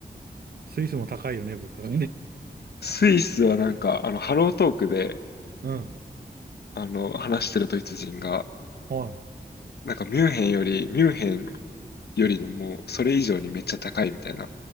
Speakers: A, on the right; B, on the left.
A: スイスも高いよね、物価がね。
B: スイスはなんか、あの、ハロートークで、
A: うん。
B: あの、話してるドイツ人が、
A: は
B: なんかミュンヘンより、ミュンヘンよりもう、それ以上にめっちゃ高いみたいな、